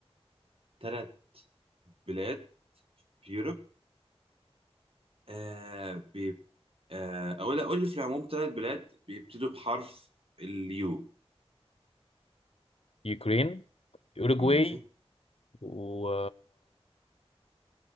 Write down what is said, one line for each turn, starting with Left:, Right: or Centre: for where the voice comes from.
Right: ثلاث بلاد في يوروب آه بي آه او لا قول لي في العموم ثلاث بلاد بيبتدوا بحرف اليو
Left: يوكرين اوروجواي
Right: ماشي
Left: و